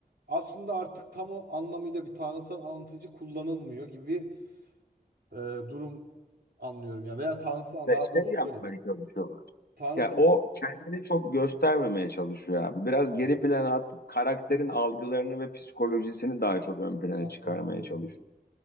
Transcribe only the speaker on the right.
aslında artık tam o anlamıyla bir tanrısal anlatıcı kullanılmıyor gibi bir e, durum anlıyorum. ya veya tanrısal
daha
doğrusu
şöyle.
Tanrısal
evet,
anladım.